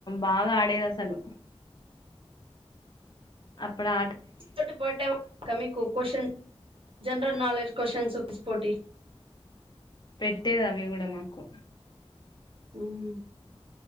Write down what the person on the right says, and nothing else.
<unintelligible> కోషన్ జెనరల్ నాలెడ్జ్ క్వశ్చన్సూ స్పోటి
ఊమ్